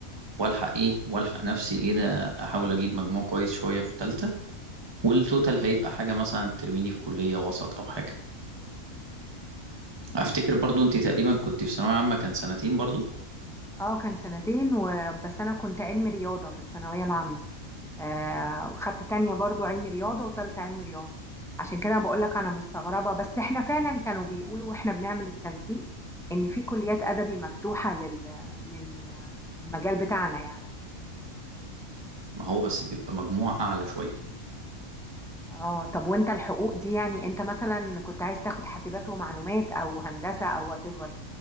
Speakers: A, on the right; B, in the centre.
A: والحق ايه والحق نفسي ايه ده احاول اجيب مجموع كويس شوية في تالتة والتوتال هيبقى حاجة مثلا ترميني في كلية وسط او حاجة افتكر برضو انت تقريبا كنت في ثانوية عامة كان سنتين برضو
B: اه كان سنتين و... بس انا كنت علمي رياضة في الثانوية العامة آه وخدت تانية برضو علمي رياضة وتالتة علمي رياضة عشان كده بقولك انا مستغربة بس احنا فعلا كانوا بيقولوا واحنا بنعمل التنسيق ان في كليات ادبي مفتوحة لل... لل- للمجال بتاعنا يعني
A: ما هو بس بيبقى مجموع اعلى شوية
B: اه طب وانت الحقوق دي يعني انت مثلا كنت عايز تاخد حاسبات ومعلومات او هندسة او وات ايفر